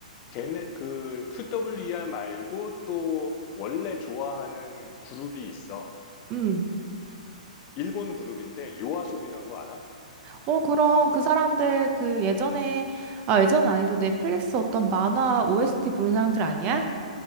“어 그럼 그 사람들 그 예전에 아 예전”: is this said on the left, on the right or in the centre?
Right